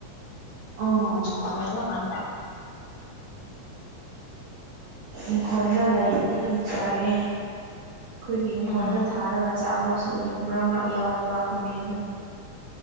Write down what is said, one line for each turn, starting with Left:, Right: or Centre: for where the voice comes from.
Right: ꯑꯥ
Left: ꯆꯥꯃꯜꯂ ꯀꯥꯟꯗ
Right: ꯏꯪꯈꯣꯜꯗ ꯂꯩꯕꯗꯤ ꯑꯗꯨꯝ ꯆꯥꯔꯦ ꯑꯩꯈꯣꯏꯒꯤ ꯏꯪꯈꯣꯜꯗ
Left: ꯎꯝ
Right: ꯊꯥꯔꯒ ꯆꯥꯕꯁꯨ ꯃꯔꯛ ꯃꯔꯛ ꯌꯥꯎꯋꯦꯕ ꯈꯥꯃꯦꯟꯗꯨ